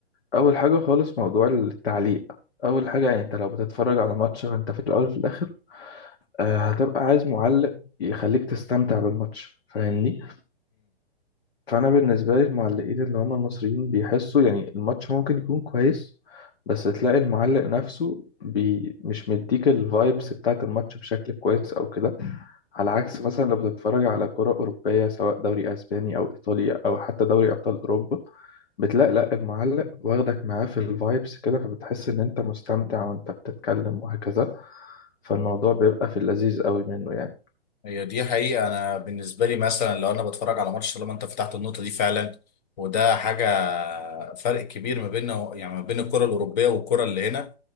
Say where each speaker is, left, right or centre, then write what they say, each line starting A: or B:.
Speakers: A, on the left (about 65°); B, on the left (about 40°).
A: أول حاجة خالص موضوع التعليق أول حاجة يعني أنت لو بتتفرج على ماتش فأنت في الأول وفي الآخر آه، هتبقى عايز معلق يخليك تستمتع بالماتش فاهمني فانا بالنسبه لي المعلقين اللي هم المصريين بيحسوا يعني الماتش ممكن يكون كويس بس تلاقي المعلق نفسه بي مش مديك الفايبس بتاعت الماتش بشكل كويس او كده على عكس مثلا لو بتتفرج على كرة أوروبية سواء دوري أسباني أو إيطالي أو حتى دوري أبطال أوروبا بتلاقي لأ المعلق واخدك معاه في الفايبس كده فبتحس إن أنت مستمتع وأنت بتتكلم وهكذا فالموضوع بيبقى في اللذيذ قوي منه يعني
B: هي دي حقيقة أنا بالنسبة لي مثلا لو أنا بتفرج على ماتش طالما أنت فتحت النقطة دي فعلا وده حاجة فرق كبير ما بين يعني ما بين الكرة الأوروبية والكرة اللي هنا